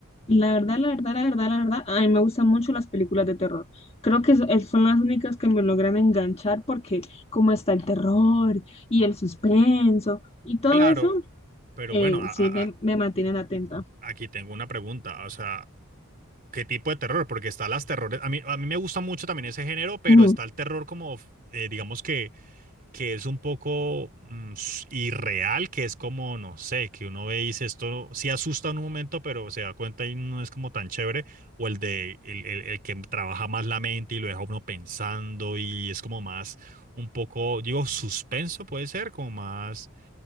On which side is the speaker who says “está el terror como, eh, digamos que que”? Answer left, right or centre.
Right